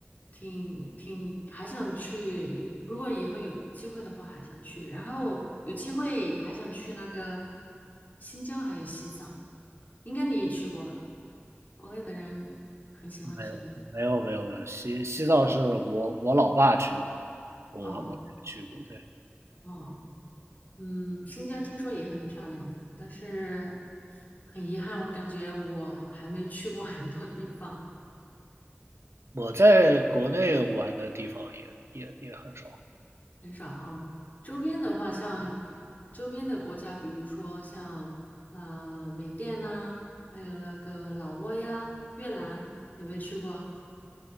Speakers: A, on the left (about 40°); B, on the right (about 80°).
A: 挺挺还想去，如果以后有机会的话还想去，然后有机会还想去那个新疆还有西藏，应该你也去过了，国内的人很喜欢去的。
B: 没有，没有，没有，没有。西西藏是我我老爸去过，我我没去过。
A: 哦
B: 对，
A: 哦。嗯，新疆听说也很漂亮的，但是很遗憾，我感觉我还没去过 <laughs> 很多地方，
B: 我在国内玩的地方也也也很少，
A: 很少啊。周边的话，像周边的国家，比如说像呃缅甸呐、还有那个老挝呀、越南，有没有去过？